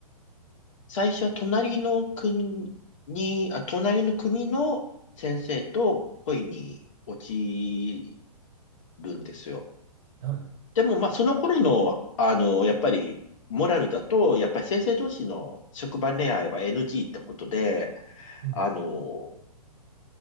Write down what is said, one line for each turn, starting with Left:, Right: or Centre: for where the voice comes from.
Left: 最初は隣の組に、あ、隣の組の先生と恋に落ちるんですよ。
Right: はい。
Left: でも、まあ、その頃の、あの、やっぱり、モラルだと、やっぱり先生同士の職場恋愛は NG ってことで、
Right: うん。
Left: あの、